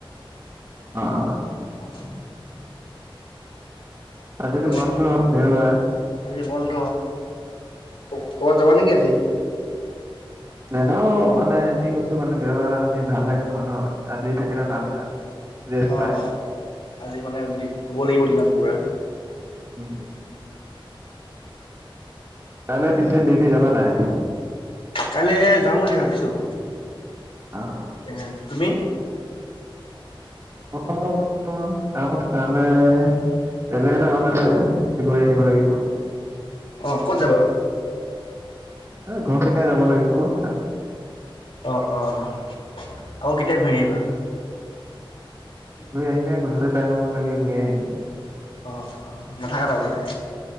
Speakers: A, on the right; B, on the left.
A: অ'
B: অ অ।
A: আজিতো
B: অলপমান
A: বন্ধ দেওবাৰ।
B: আজি বন্ধ অ' ক-ক'বাত যাবা নেকি আজি?
A: নাযাওঁ মানে এনেই কৈছোঁ মানে দেওবাৰে ভাল লাগে ন' মানুহৰ, আজৰি থাকে ন' কাম বিলাক। ৰেষ্ট
B: অ'
A: পায়
B: আজি মানে শুৱ লাগিব দিনত পুৰা।
A: উম। কাইলৈ পিছে ডিউটি যাবা নাই?
B: কালি যাম বুলি ভাবিছোঁ।
A: অ।
B: <unintelligible> তুমি?
A: <unintelligible> কামত কাইলে বেলেগ এটা কাম আছে, গৈ আহিব লাগিব।
B: অ, ক'ত যাবা?
A: এ ঘৰ পিনে যাব লাগিব। <unintelligible>
B: অঁ অঁ আও কেতিয়া ঘুৰি আহিবা
A: ঘূৰি আহিমে গধূলী টাইম মানৰলেকে ঘূৰি আহিম
B: অঁ অ নাথাকা তামানে